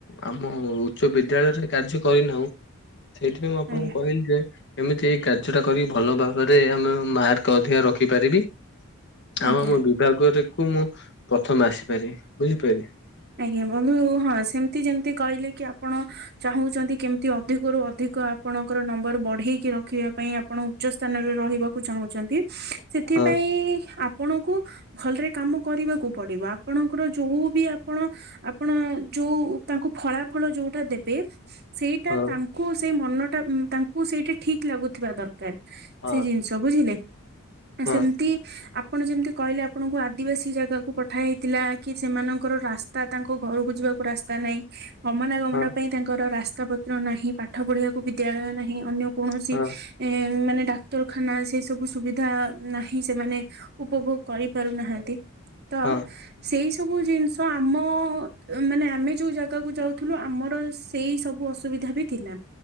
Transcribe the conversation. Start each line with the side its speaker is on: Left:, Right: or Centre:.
Left: ଆମ ଉଚ୍ଚ ବିଦ୍ୟାଳୟରେ କାର୍ଯ୍ୟ କରିନାହୁଁ। ସେଇଥିପାଇଁ ମୁଁ ଆପଣଙ୍କୁ
Right: ଆଜ୍ଞା
Left: କହିଲି ଯେ ଏମିତି ଏଇ କାର୍ଯ୍ୟଟା କରି ଭଲ ଭାବରେ ଆମେ ମାର୍କ ଅଧିକା ରଖିପାରିବି। ଆଁ
Right: ଆଜ୍ଞା
Left: ମୋ ବିଭାଗ କ ମୁଁ ପ୍ରଥମେ ଆସିପାରିବି ବୁଝିପାରିଲେ।
Right: ଆଜ୍ଞା ବନ୍ଧୁ ହଁ ସେମିତି ଯେମିତି କହିଲେ କି ଆପଣ ଚାହୁଁଚନ୍ତି କେମତି ଅଧିକରୁୁ ଅଧିକ ଆପଣଙ୍କର ନମ୍ବର ବଢେଇକି ରଖିବା ପାଇଁ ଆପଣ ଉଚ୍ଚ ସ୍ଥାନରେ ରହିବାକୁ ଚାହୁଁଚନ୍ତି। ସେଥିପାଇଁ
Left: ହଁ
Right: ଆପଣଙ୍କୁ ଭଲରେ କାମ କରିବାକୁ ପଡିବ। ଆପଣଙ୍କର ଯୋଉ ବି ଆ ଆପଣ ଆପଣ ଯୋଉ ତାଙ୍କୁ ଫଳାଫଳ ଯୋଉଟା ଦେବେ ସେଇଟା
Left: ହଁ
Right: ତା ଙ୍କୁ ସେଇ ମନଟା ଉଁ ତାଙ୍କୁ ସେଇଟା ଠିକ ଲାଗୁଥିବା ଦରକାର
Left: ହଁ
Right: ସେଇ ଜିନିଷ ବୁଝିଲେ। ଅ
Left: ହଁ
Right: ସେମିତି ଆ ଆପଣ ଯେମିତି କହିଲେ ଆପଣଙ୍କୁ ଆଦିବାସୀ ଜାଗାକୁ ପଠା ହେଇଥିଲା କି ସେମାନଙ୍କ ଙ୍କର ରାସ୍ତା ତାଙ୍କ ଘରକୁ ଯିବାକୁ ରାସ୍ତା ନାହିଁ ଗମନା ଗମନ
Left: ହଁ
Right: ପାଇଁ ତାଙ୍କର ରାସ୍ତା ପତ୍ର ନାହିଁ ପାଠ ପଢିବାକୁ ବିଦ୍ୟାଳୟ ନାହିଁ ଅନ୍ୟ କୌଣସି
Left: ହଁ
Right: ଏ ମାନେ ଡାକ୍ତରଖାନା ସେ ସବୁ ସୁବିଧା ନାହିଁ। ସେମାନେ ଉପଭୋଗ କରିପାରୁନାହାନ୍ତି। ତ
Left: ହଁ
Right: ସେଇ ସବୁ ଜିନିଷ ଆମ ମାନେ ଆମେ ଯୋଉ ଜାଗା ପ୍ତ କୁ ଯାଉଥିଲୁ। ଆମର ସେଇ ସବୁ ଅସୁବିଧା ବି ଥିଲା